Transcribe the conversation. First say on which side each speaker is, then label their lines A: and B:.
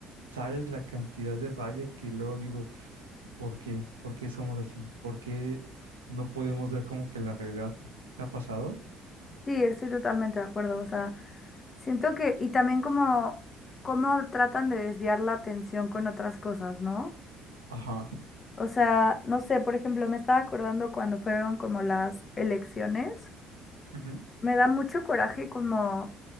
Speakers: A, on the right (about 80°); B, on the left (about 35°).
A: sabes la cantidad de rabia que luego digo, ¿por qué? ¿Por qué somos así? ¿Por qué no podemos ver como que la realidad te ha pasado?
B: Sí, estoy totalmente de acuerdo. O sea, siento que, y también como, cómo tratan de desviar la atención con otras cosas, ¿no?
A: Ajá.
B: O sea, no sé, por ejemplo, me estaba acordando cuando fueron como las elecciones.
A: ujú,
B: Me da mucho coraje como